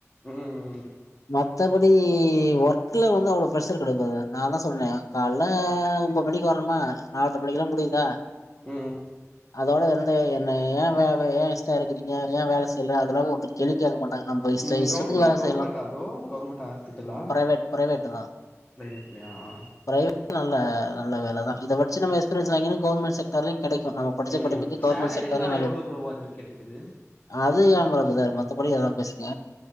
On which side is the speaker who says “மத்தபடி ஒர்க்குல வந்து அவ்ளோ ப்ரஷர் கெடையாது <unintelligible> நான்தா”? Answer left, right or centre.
Left